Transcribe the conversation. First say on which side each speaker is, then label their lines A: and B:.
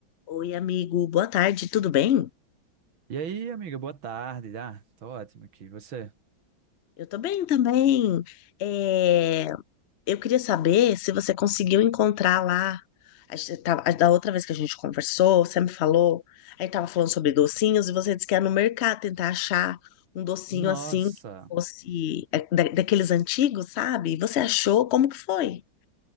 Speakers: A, on the left; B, on the right.
A: Oi, amigo, boa tarde, tudo bem?
B: E aí, amiga, boa tarde. Ah, tô ótimo aqui. E Você?
A: Eu tô bem também. É, eu queria saber se você conseguiu encontrar lá. a gente tava- a- da outra vez que a gente conversou, você me falou, a gente tava falando sobre docinhos e você disse que ia no mercado tentar achar um docinho
B: Nossa,
A: assim, que fosse é, da- daqueles antigos, sabe? Você achou? Como que foi?